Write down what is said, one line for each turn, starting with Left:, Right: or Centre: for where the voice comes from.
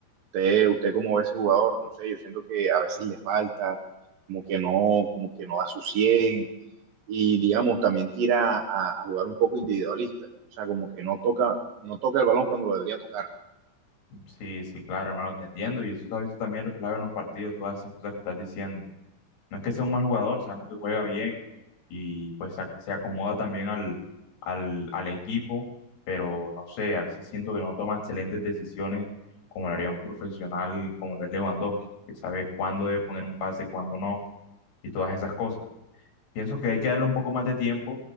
Right: Usted, usted como ve ese jugador, no sé, yo siento que a veces le falta, como que no, como que no da su 100 y digamos también tira a, a, jugar un poco individualista, o sea, como que no toca, no toca el balón cuando lo debería tocar.
Left: Sí, sí, claro, hermano, te entiendo. Y eso se ha visto también reflejado en los partidos, todas esas cosas que estás diciendo. No es que sea un mal jugador, sabemos que juega bien y pues se ac- se acomoda también al, al, al equipo, pero no sé, a veces siento que no toma excelentes decisiones como lo haría un profesional como lo es Lewandowski, que sabe cuándo debe poner un pase, cuándo no y todas esas cosas. Pienso que hay que darle un poco más de tiempo.